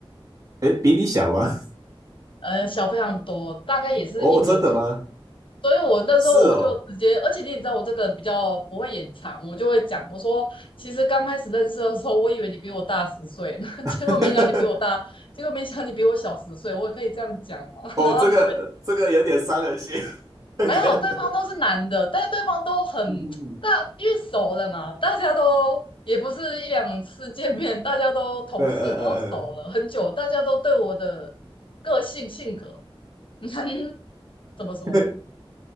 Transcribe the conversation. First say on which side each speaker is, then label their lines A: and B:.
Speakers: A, on the right (about 35°); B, on the left (about 60°).
A: 哎，比你小吗？<laughs>
B: 呃，小非常多，大概也是一轮。
A: 哦，真的吗？
B: 所以我那时候我就直接，
A: 是哦，
B: 而且你也知道我这个人比较不会隐藏，我就会讲，我说其实刚开始认识的时候，我以为你比我大十岁 <laughs>
A: <laughs>
B: 结果没想到你比我大，结果没想到你比我小十岁，我也可以这样讲嘛。<laughs>
A: 哦，
B: 然后他们就
A: 这个这个有点伤人心，<laughs>
B: 还好，
A: 觉得，
B: 对方都是男的，但是对方都很
A: 嗯嗯嗯，
B: 大，因为熟了嘛，大家都也不是一两次见面，大家都同事，
A: 呃呃呃
B: 然后熟了很久，大家都对我的个性性格 <laughs> 怎么说？
A: 呃